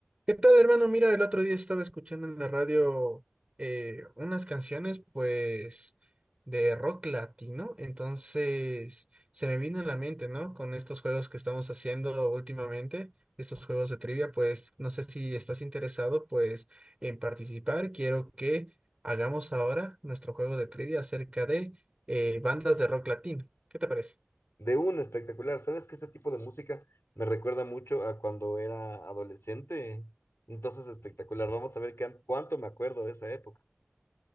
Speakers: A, on the right; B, on the left.
A: ¿Qué tal, hermano? Mira, el otro día estaba escuchando en la radio eh, unas canciones, pues, de rock latino. Entonces, se me vino a la mente, ¿no? Con estos juegos que estamos haciendo últimamente, estos juegos de trivia, pues, no sé si estás interesado, pues, en participar. Quiero que hagamos ahora nuestro juego de trivia acerca de eh, bandas de rock latino. ¿Qué te parece?
B: De una, espectacular. ¿Sabes que este tipo de música me recuerda mucho a cuando era adolescente? Entonces, espectacular. Vamos a ver qué, cuánto me acuerdo de esa época.